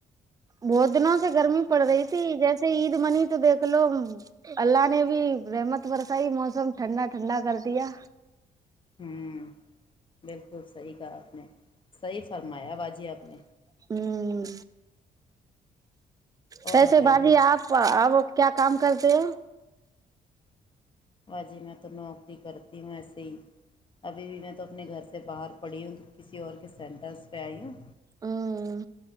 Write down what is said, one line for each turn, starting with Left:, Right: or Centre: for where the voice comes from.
Right: بہت دن سے گرمی پڑ رہی تھی جیسے عید منی تو دیکھ لو اللہ نے بھی رحمت برسائی موسم ٹھنڈا ٹھنڈا کر دیا
Left: ہوں بالکل سحی کہا آپ نے سحی فرمایا باجی آپ نے
Right: ہوں کیسے
Left: اور بتائیے
Right: باجی آپ اب کیا کام کرتے ہو
Left: باجی میں تو نوکری کرتی ہوں ایسے ہی ابھی بھی میں تو اپنے گھر سے باہر پڑی ہوں کسی اور کے سینٹرس پہ آئی ہوں
Right: ہ